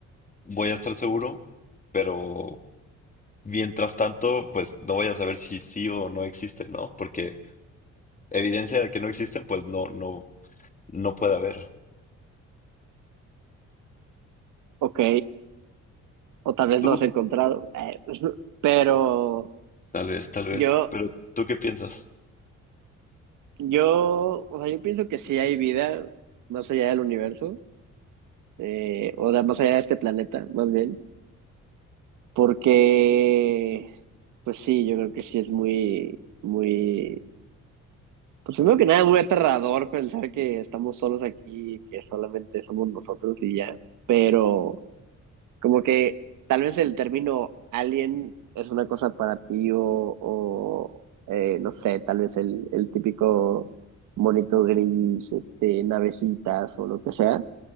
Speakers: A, on the left; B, on the right.
A: voy a estar seguro, pero mientras tanto, pues no voy a saber si sí o no existen, ¿no? Porque evidencia de que no existen, pues no, no, no puede haber.
B: Ok, o tal vez
A: Tú,
B: no has encontrado, eh, <laughs> pero
A: tal vez, tal vez,
B: yo,
A: pero ¿tú qué piensas?
B: yo, o sea, yo pienso que sí hay vida más allá del universo. eh, o da más allá de este planeta, más bien, porque, pues sí, yo creo que sí es muy, muy, pues primero que nada, muy aterrador pensar que estamos solos aquí, que solamente somos nosotros y ya, pero como que tal vez el término alien es una cosa para ti o, o eh, no sé, tal vez el, el típico monito gris, este, navecitas o lo que sea.